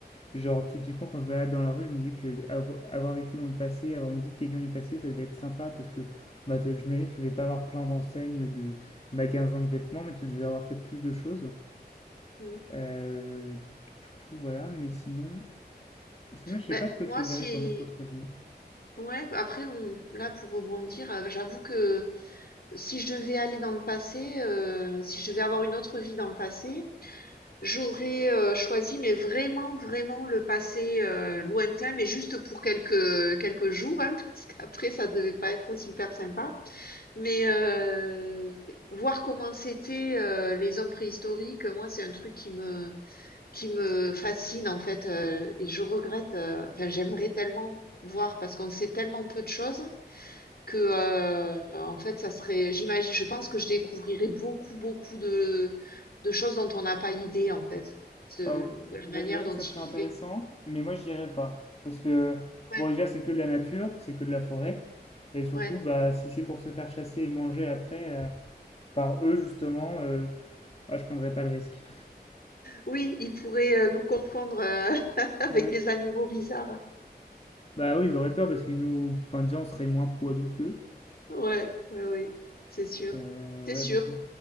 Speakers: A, on the left; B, on the left.
A: genre typiquement quand je me balade dans la rue, je me dis que avo- avoir vécu dans le passé, avoir une vie de quelqu'un du passé, ça devait être sympa, parce que bah, t'es- je m'imagine que je vais pas avoir plein d'enseignes de magasins de vêtements, mais tu devais avoir peut-être plus de choses.
B: mmh.
A: Euh, du coup, voilà, mais sinon, sinon, je sais
B: Beh,
A: pas ce que
B: moi
A: je choisirais
B: si
A: comme autre vie.
B: ouais, après on là pour rebondir, heu, j'avoue que si je devais aller dans le passé, heu, si je devais avoir une autre vie dans le passé, j'aurais, heu, choisi mais vraiment, vraiment le passé, heu, lointain, mais juste pour quelques, quelques jours, hein, <laughs> parce qu'après ça devait pas être super sympa. Mais, heu, voir comment c'était heu, les hommes préhistoriques, moi c'est un truc qui me qui me fascine en fait euh, et je regrette euh, enfin j'aimerais tellement voir parce qu'on sait tellement peu de choses que euh, en fait ça serait j'imagine je pense que je découvrirais beaucoup beaucoup de de choses dont on n'a pas idée en fait de,
A: Euh,
B: de la manière
A: j'a- j'avoue
B: dont
A: que ça
B: ils
A: serait
B: vivaient
A: intéressant, mais moi j'irais pas. Parce que,
B: ouais
A: bon, déjà c'est que de la nature, c'est que de la forêt. Et surtout,
B: ouais
A: bah, si c'est pour se faire chasser et manger après euh, par eux, justement, euh, bah, je prendrais pas le risque.
B: oui ils pourraient euh, nous confondre euh, <laughs> avec
A: Ouais.
B: des animaux bizarres
A: Bah oui, ils auraient peur parce qu'ils nous. Enfin, déjà, on serait moins poilus qu'eux.
B: ouais ouais oui c'est sûr
A: Euh,
B: c'est
A: ouais,
B: sûr
A: donc,